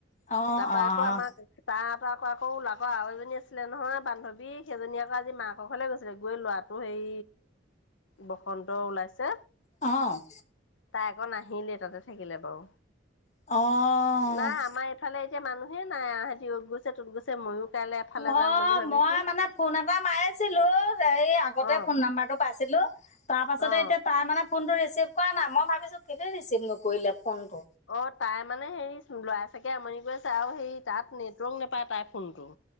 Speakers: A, on the left (about 40°); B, on the left (about 80°).
A: অ',
B: তাৰ পৰা
A: অ',
B: আকৌ আমাক, তা <unintelligible> আকৌ আৰু এজনী আছিলে নহয় বান্ধৱী সেইজনী আকৌ আজি মাকৰ ঘৰলৈ গৈছিলে। গৈ ল'ৰাটো সেই বসন্ত ওলাইছে,
A: অ',
B: তাই নাহিলেই তাতে থাকিলে বাৰু।
A: অ',
B: নাই আমাৰ এইফালে এতিয়া মানুহ হে নাই আৰু, ইহতি অত গৈছে, তত গৈছে ময়ো কাইলৈ এফালে
A: অ',
B: যাম বুলি ভাবিছো
A: মই মানে ফোন এটা মাৰিছিলো হে আগতে
B: অ
A: ফোন নাম্বাৰটো পাইছিলো। তাৰ পাছতে
B: অ
A: এতিয়া তাৰ মানে ফোনটো ৰিচিভ কৰা নাই, মই ভাবিছোঁ কেলেই ৰিচিভ নকৰিলে। ফোনটো
B: অ তাই মানে হেৰি লৈাই আছে তাকে আমনি কৰি আছে আৰু সেই তাত নেটৱৰ্ক নাপায় তাই ফোনটো